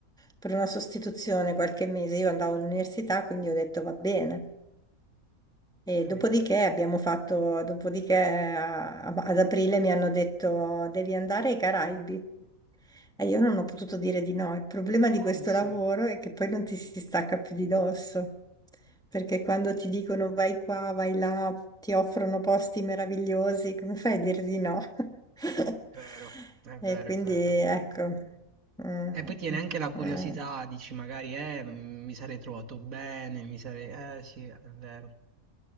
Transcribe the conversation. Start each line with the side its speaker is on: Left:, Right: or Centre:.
Centre: per una sostituzione qualche mese. Io andavo all'università, quindi ho detto va bene. E
Right: capito.
Centre: dopodiché abbiamo fatto, dopodiché a- a- ad aprile mi hanno detto devi andare ai Caraibi e io non ho potuto dire di no. Il problema di
Right: Ah,
Centre: questo
Right: sì,
Centre: lavoro
Right: è
Centre: è che poi non ti si stacca più di dosso, perché quando ti dicono vai qua, vai là, ti offrono posti meravigliosi, come fai a dire di no? <laughs>
Right: vero, è
Centre: E
Right: vero,
Centre: quindi
Right: è vero.
Centre: ecco. Mm,
Right: E poi tiene
Centre: mm,
Right: anche la curiosità,
Centre: mm.
Right: dici magari, eh, mm, mi sarei trovato bene, mi sarei... Eh, sì, è vero.